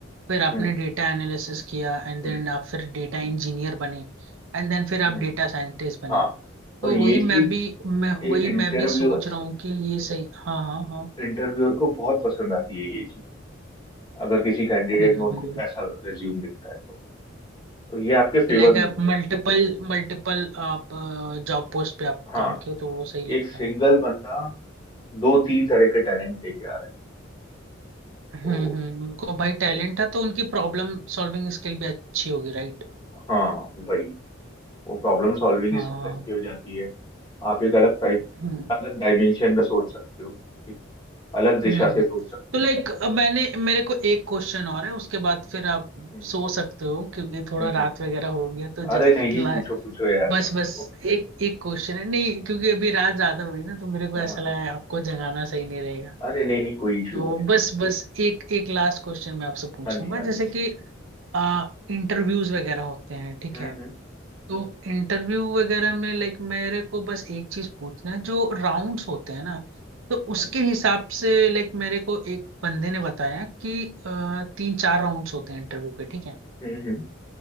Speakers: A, on the right; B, on the left.
A: फिर आपने
B: हम्म
A: डेटा एनालिसिस किया एंड देन
B: हम्म,
A: आप फिर डेटा इंजीनियर बने एंड देन फिर आप
B: हम्म,
A: डेटा साइंटिस्ट बने
B: हाँ
A: तो
B: और ये
A: वही
B: चीज
A: मैं भी मैं वही
B: एक इंटरव्यूअर
A: मैं भी सोच रहा हूँ कि ये सही हाँ हाँ हाँ
B: इंटरव्यूअर को बहुत पसंद आती है ये चीज अगर किसी कैंडिडेट
A: हम्म
B: में उनको
A: हम्म
B: ऐसा रिज्यूम दिखता है तो तो ये आपके फेवर
A: लाइक
B: में
A: आप
B: जाएगा
A: मल्टीपल मल्टीपल आप जॉब पोस्ट पे आप
B: हाँ
A: काम किए हो, तो वो सही लगता
B: एक सिंगल
A: है उनको
B: बंदा दो तीन तरह के टैलेंट लेके आ रहा है तो
A: हम्म हम्म उनको भाई टैलेंट है तो उनकी प्रॉब्लम सॉल्विंग स्किल भी अच्छी होगी राइट
B: हाँ वही वो प्रॉब्लम सॉल्विंग
A: हाँ
B: स्किल
A: हाँ, हाँ।
B: अच्छी हो जाती है आप एक अलग टाइप
A: हम्म
B: अलग डायमेंशन में सोच सकते हो एक अलग दिशा
A: हम्म हम्म।
B: से सोच सकते
A: तो
B: हो
A: लाइक मैंने मेरे को एक क्वेश्चन और है उसके बाद फिर आप
B: हम्म
A: सो सकते हो क्योंकि थोड़ा
B: हम्म,
A: रात
B: हम्म।
A: वगैरह हो गया तो
B: अरे
A: जस्ट
B: नहीं नहीं पूछो पूछो यार
A: बस
B: आपको
A: बस एक एक क्वेश्चन है नहीं क्योंकि अभी रात ज्यादा हो रही ना तो मेरे को
B: हाँ
A: ऐसा
B: हाँ
A: लगा
B: हाँ।
A: आपको जगाना सही नहीं रहेगा
B: अरे नहीं नहीं कोई इशू
A: तो
B: नहीं है
A: बस बस एक एक लास्ट क्वेश्चन मैं आपसे पूछूंगा
B: हाँ जी हाँ जी
A: जैसे कि आ इंटरव्यूज वगैरह होते हैं ठीक
B: हम्म
A: है तो इंटरव्यू वगैरह में लाइक मेरे को बस एक चीज पूछना है जो राउंड्स होते हैं ना तो
B: हम्म
A: उसके हिसाब से लाइक मेरे को एक बंदे ने बताया कि अ, तीन चार राउंड्स होते हैं इंटरव्यू के ठीक है
B: हम्म हम्म